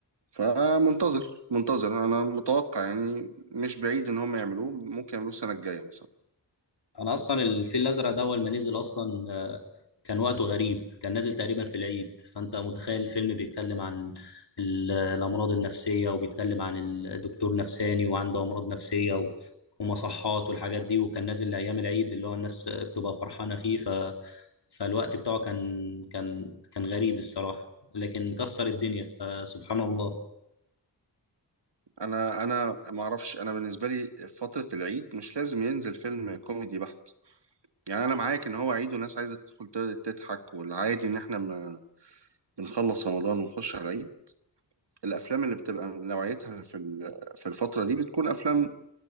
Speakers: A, on the right (about 75°); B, on the left (about 65°).
A: فمنتظر منتظر انا متوقع يعني مش بعيد ان هم يعملوه ممكن يعملوه السنة الجاية مثلا
B: انا اصلا الفيل الازرق ده اول ما نزل اصلا آه، كان وقته غريب كان نازل تقريبا في العيد فانت متخيل الفيلم بيتكلم عن ال- الامراض النفسيه وبيتكلم عن الدكتور نفساني وعنده امراض نفسيه و- ومصحات والحاجات دي وكان نازل لايام العيد اللي هو الناس بتبقى فرحانه فيه ف فالوقت بتاعه كان كان كان غريب الصراحه لكن كسر الدنيا فسبحان الله
A: انا انا ما اعرفش انا بالنسبة لي فترة العيد مش لازم ينزل فيلم كوميدي بحت يعني انا معاك ان هو عيد والناس عايزة تدخل تضحك والعادي ان احنا ما- بنخلص رمضان ونخش على العيد الافلام اللي بتبقى نوعيتها في ال- في الفتره دي بتكون افلام